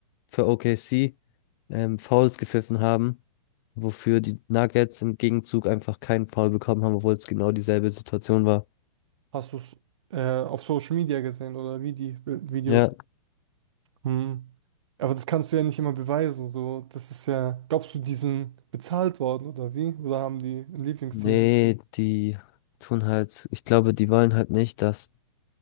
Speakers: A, on the left; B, on the right.
A: für OKC ähm, Fouls gepfiffen haben, wofür die Nuggets im Gegenzug einfach keinen Foul bekommen haben, obwohl es genau dieselbe Situation war.
B: Hast du es äh, auf Social Media gesehen oder wie die Bi- Videos?
A: Ja,
B: Hm. Aber das kannst du ja nicht immer beweisen. So, das ist ja, glaubst du, die sind bezahlt worden oder wie? Oder haben die ein Lieblingsteam?
A: nee, die tun halt, ich glaube, die wollen halt nicht, dass